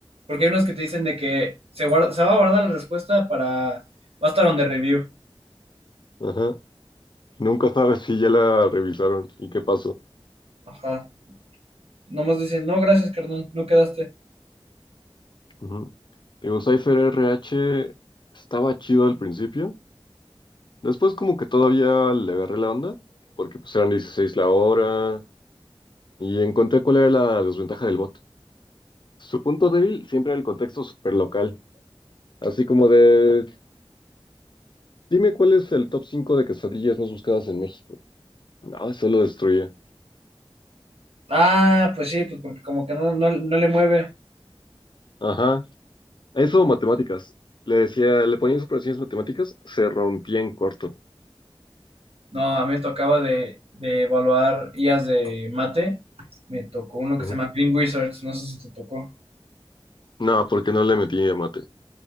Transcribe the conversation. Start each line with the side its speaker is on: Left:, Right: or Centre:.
Right: porque hay unos que te dicen de que se guarda, se va a guardar la respuesta para, va a estar on the review.
Left: <laughs> Ajá. Nunca sabes si ya la revisaron y qué pasó.
Right: Ajá, nomás dicen, no, gracias, carnal, no quedaste.
Left: Ujú. Digo, Cypher RH estaba chido al principio. Después como que todavía le agarré la onda, porque pues eran 16 la hora y encontré cuál era la desventaja del bot. Su punto débil siempre era el contexto super local, así como de, dime cuál es el top 5 de quesadillas más buscadas en México. No, eso lo destruye.
Right: Ah, pues sí, pues porque como que no, no, no le mueve.
Left: Ajá. Eso, matemáticas. Le decía, le ponías operaciones matemáticas, se rompía en corto.
Right: No, a mí me tocaba de, de evaluar IAs de mate. Me tocó uno que
Left: Ujú.
Right: se llama Green Wizards, no sé si te tocó.
Left: No, porque no le metí a mate.